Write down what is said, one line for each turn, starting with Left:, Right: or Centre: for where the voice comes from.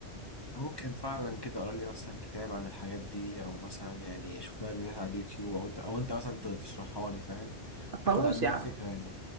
Left: ممكن فعلا كده اقرا لي مثلا كتاب عن الحاجات دي او مثلا يعني اشوف لها فيديوهات على اليوتيوب او انت او انت مثلا ت- تشرحها لي فاهم
Right: خلاص
Left: اخد عنها
Right: يا عم
Left: فكره يعني